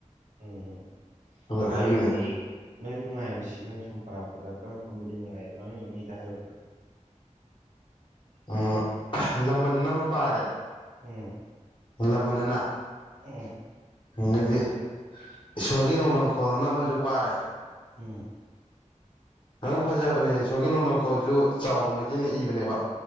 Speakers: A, on the right; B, on the left.
A: ꯎꯝ ꯎꯝ
B: ꯍꯥꯏꯕꯤꯕꯅꯤꯗ
A: ꯍꯣꯏ ꯑꯗꯨꯗꯤ ꯅꯣꯏ ꯅꯨꯡꯉꯥꯏꯕꯁꯤ ꯅꯪ ꯁꯨꯝꯝ ꯄꯥꯄ ꯑꯣꯖꯥ ꯀꯔꯝ ꯈꯔꯝꯕꯗꯤ ꯅꯨꯡꯉꯥꯏ ꯃꯃꯤꯡ ꯑꯃꯅꯤꯗ ꯍꯥꯏꯔꯨꯗꯅ
B: ꯎ ꯂꯃꯟꯅ ꯑꯃ ꯄꯥꯔꯦ
A: ꯎꯝ
B: ꯂꯜ ꯂꯃꯅꯅ
A: ꯎꯝ
B: ꯍꯪꯒꯗꯤ ꯏꯁꯣꯔꯒꯤ ꯅꯣꯡꯗꯝꯈꯣꯟꯅ ꯑꯃꯁꯨ ꯄꯥꯔꯦ
A: ꯎꯝ
B: ꯑꯗꯨꯪ ꯐꯖꯕꯅꯦ ꯏꯁꯣꯔꯒꯤ ꯅꯣꯟꯗꯡꯈꯣꯜꯁꯨ ꯆꯥꯎꯕ ꯃꯩꯇꯩꯅ ꯏꯕꯅꯦꯕ